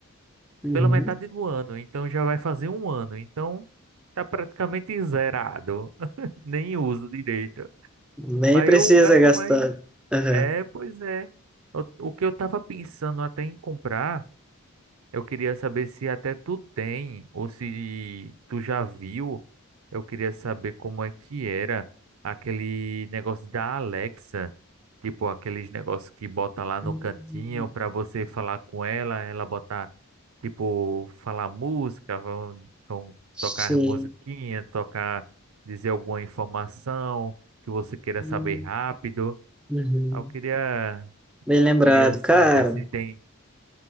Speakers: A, in the centre; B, on the right.
A: Uhum.
B: pela metade do ano, então já vai fazer um ano. Então tá praticamente zerado, <laughs> nem uso direito.
A: Nem
B: Mas
A: precisa
B: eu gasto
A: gastar.
B: mais.
A: Aham.
B: É, pois é. O, o que eu tava pensando até em comprar Eu queria saber se até tu tem ou se tu já viu. Eu queria saber como é que era aquele negócio da Alexa, tipo aqueles negócios que bota lá no
A: Hum,
B: cantinho para você falar com ela, ela botar tipo falar música, vão, vão
A: Sim.
B: tocar musiquinha, tocar dizer alguma informação que você queira
A: Hum,
B: saber rápido.
A: Uhum.
B: Eu queria
A: Bem lembrado,
B: queria saber
A: cara.
B: se tem